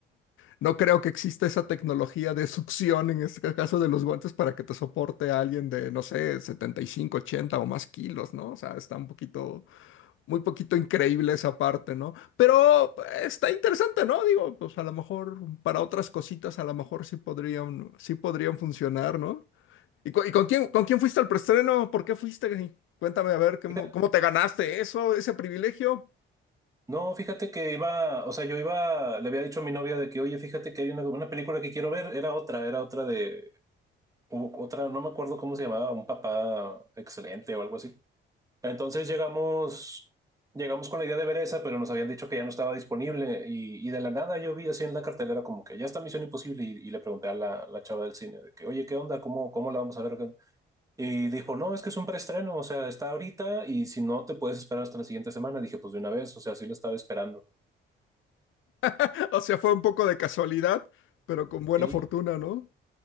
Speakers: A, on the left; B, on the right.
A: no creo que exista esa tecnología de succión en este caso de los guantes para que te soporte a alguien de, no sé, 75, 80 o más kilos, ¿no? O sea, está un poquito muy poquito increíble esa parte, ¿no? Pero pues, está interesante, ¿no? Digo, pues a lo mejor para otras cositas, a lo mejor sí podrían, sí podrían funcionar, ¿no? ¿Y, cu- y con quién, con quién fuiste al preestreno? ¿Por qué fuiste? Cuéntame, a ver, ¿cómo,
B: Fíjate-
A: cómo te ganaste eso, ese privilegio?
B: No, fíjate que iba, o sea, yo iba, le había dicho a mi novia de que, oye, fíjate que hay una, una película que quiero ver, era otra, era otra de, u- otra, no me acuerdo cómo se llamaba, un papá excelente o algo así. Entonces llegamos, llegamos con la idea de ver esa, pero nos habían dicho que ya no estaba disponible y, y de la nada yo vi así en la cartelera como que ya está Misión Imposible y, y le pregunté a la, la chava del cine de que, oye, ¿qué onda? ¿Cómo, cómo la vamos a ver? Y dijo, no, es que es un preestreno, o sea, está ahorita y si no te puedes esperar hasta la siguiente semana. Dije, pues de una vez, o sea, sí la estaba esperando.
A: <laughs> O sea, fue un poco de casualidad, pero con buena
B: Y
A: fortuna, ¿no?